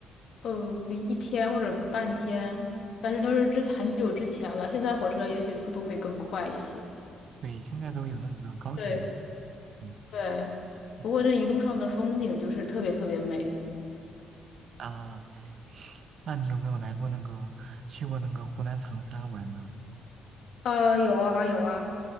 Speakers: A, on the left; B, on the right.
A: 呃一天或者半天，但是都是之很久之前了，现在火车也许速度会更快一些。
B: 对，现在都有那个高铁了。
A: 对
B: 对，嗯
A: 对，
B: 嗯。
A: 不过这一路上的风景就是特别特别美。
B: 嗯啊。那你有没有来过那个去过那个湖南长沙玩呢？
A: 呃，有啊有啊，